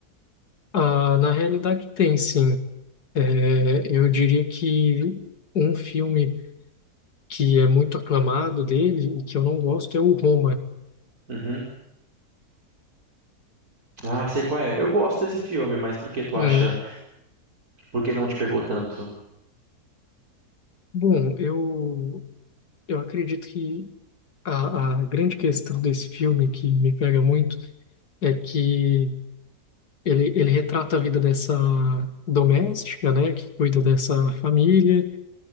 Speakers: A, on the left; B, on the right.
A: Ah, na realidade tem, sim. É, eu diria que um filme que é muito aclamado dele e que eu não gosto é o Roma.
B: Uhum. Ah, sei qual é. Eu gosto desse filme, mas por que tu
A: Hum.
B: acha? Por que não te pegou tanto?
A: Bom, eu, eu acredito que a, a grande questão desse filme que me pega muito é que ele, ele retrata a vida dessa doméstica, né, que cuida dessa família,